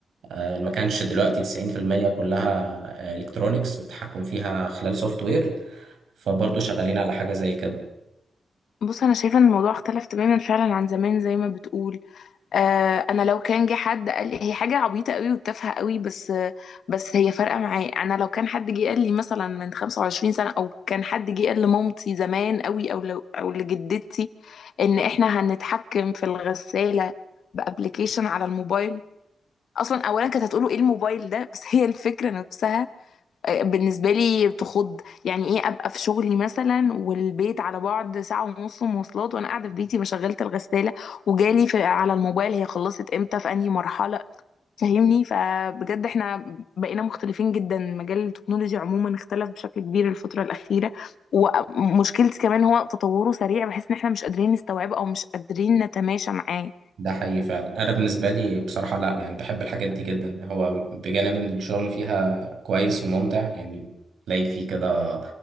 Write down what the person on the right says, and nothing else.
آه، ما كانش دلوقتي تسعين في المية كلها إلكترونيكس والتحكم فيها خلال سوفت وير فبرضه شغالين على حاجة زي كده
ده حقيقي فعلا انا بالنسبه لي بصراحه لا يعني بحب الحاجات دي جدا هو بجانب ان الشغل فيها كويس وممتع يعني تلاقي فيه كده